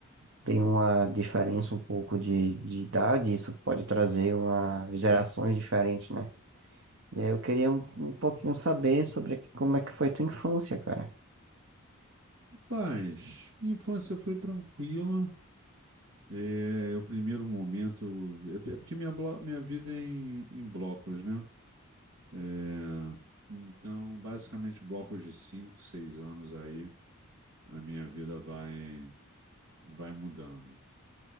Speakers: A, on the right (about 55°); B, on the right (about 80°).
A: tem uma diferença um pouco de, de idade, isso pode trazer uma gerações diferentes, né? E aí eu queria um, um pouquinho saber sobre como é que foi tua infância, cara.
B: Rapaz, minha infância foi tranquila. É, é o primeiro momento. É p- é porque minha, blo- minha vida é em, em blocos, né? É, então, basicamente, blocos de 5 6 anos aí, a minha vida vai, vai mudando.